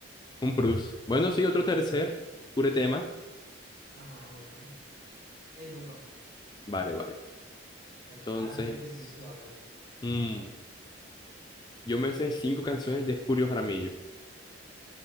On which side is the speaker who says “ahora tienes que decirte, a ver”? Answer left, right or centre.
Right